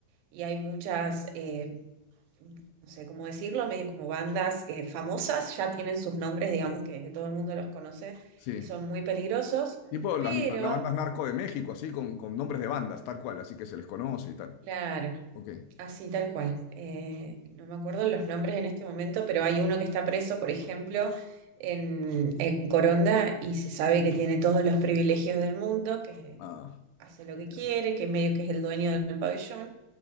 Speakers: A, on the right; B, on the left.
A: y hay muchas, eh, no sé cómo decirlo, medio como bandas eh, famosas, ya tienen sus nombres, digamos que todo el mundo los conoce
B: Sí.
A: y son muy peligrosos,
B: Tipo
A: pero...
B: las la, las bandas narco de México, así, con, con nombres de bandas, tal cual, así que se les conoce y tal.
A: Claro,
B: Ok.
A: Así, tal cual. Eh, no me acuerdo los nombres en este momento, pero hay uno que está preso, por ejemplo, en, en Coronda y se sabe que tiene todos los privilegios del mundo, que
B: Ah,
A: hace lo que quiere,
B: ya.
A: que medio que es el dueño del pabellón.